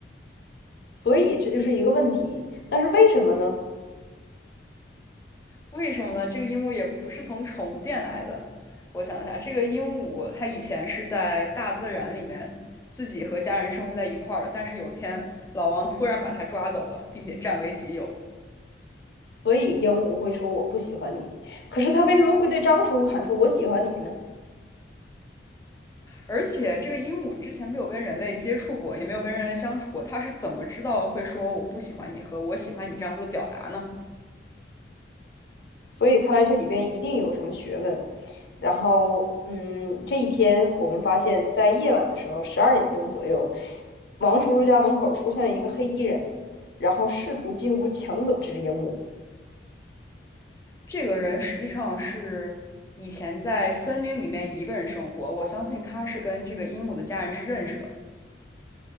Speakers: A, on the left; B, on the left.
A: 所以这就是一个问题。但是为什么呢？
B: 为什么呢？这个鹦鹉也不是从宠物店来的。我想一下，这个鹦鹉它以前是在大自然里面自己和家人生活在一块儿的，但是有一天老王突然把它抓走了，并且占为己有。
A: 所以鹦鹉会说“我不喜欢你”，可是他为什么会对张叔叔喊出“我喜欢你”呢？
B: 而且这个鹦鹉之前没有跟人类接触过，也没有跟人类相处过，它是怎么知道会说“我不喜欢你”和“我喜欢你”这样子的表达呢？
A: 所以看来这里边一定有什么学问。然后，嗯，这一天我们发现，在夜晚的时候，十二点钟左右，王叔叔家门口出现了一个黑衣人，然后试图进屋抢走这只鹦鹉，
B: 这个人实际上是以前在森林里面一个人生活，我相信他是跟这个鹦鹉的家人是认识的。